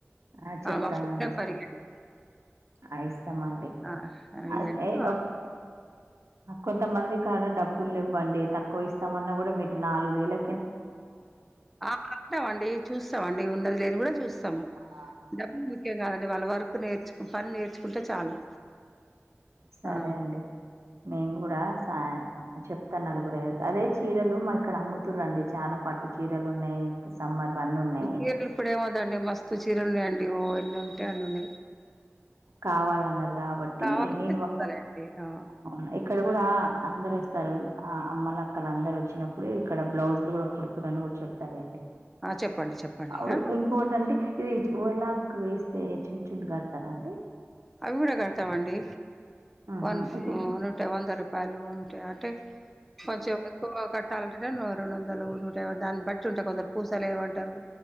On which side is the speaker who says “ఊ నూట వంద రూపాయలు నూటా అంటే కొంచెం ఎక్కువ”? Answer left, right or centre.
Centre